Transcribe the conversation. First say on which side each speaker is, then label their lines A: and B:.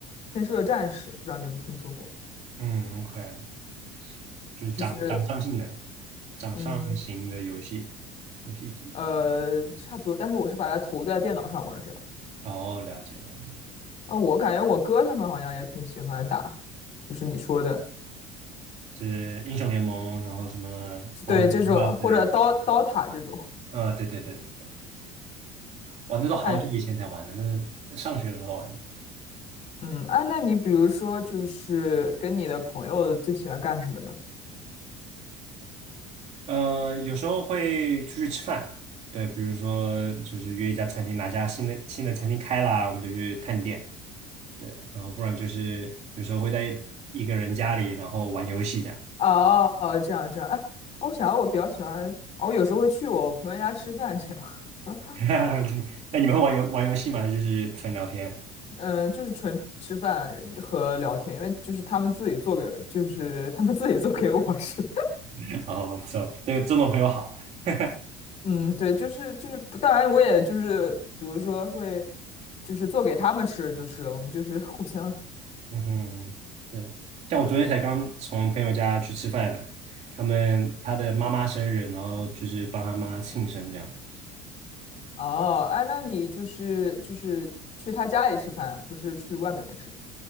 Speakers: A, on the left (about 50°); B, on the right (about 50°).
A: 喷射战士，不知道你有没有听说过？
B: 嗯，OK，就是掌掌上性的，
A: 就是
B: 掌上型的游戏游戏机。
A: 嗯呃，差不多，但是我是把它投在电脑上玩儿这样。
B: 哦，了解了解。
A: 啊，我感觉我哥他们好像也挺喜欢打，就是你说的。
B: 就是英雄联盟，然后什么王者荣耀之类的。
A: 对这种或者刀刀塔这种，
B: 呃，对对对对对，哇，那都好久以前才玩的，
A: 我感觉
B: 那是上学的时候玩的。
A: 嗯，哎，那你比如说就是跟你的朋友最喜欢干什么呢？
B: 呃，有时候会出去吃饭，对，比如说就是约一家餐厅，哪家新的新的餐厅开啦，我们就去探店。对，然后不然就是有时候会在一个人家里，然后玩游戏这样。
A: 哦，哦这样这样，哎，哦我想我比较喜欢，我有时候会去我朋友家吃饭这样，<laughs>
B: <laughs> 就那你们会玩游玩游戏吗？还是就是纯聊天？
A: 嗯，就是纯吃饭和聊天，因为就是他们自己做给，就是他们自己做给我吃。
B: <laughs> 然后不错，这个这种朋友好。<laughs>
A: 嗯，对，就是就是，当然我也就是，比如说会，就是做给他们吃就是了，我们就是互相的。
B: 嗯哼，是。像我昨天才刚从朋友家去吃饭的，他们他的妈妈生日，然后就是帮他妈庆生这样，
A: 哦，哎，那你就是就是去他家里吃饭，不是去外面吃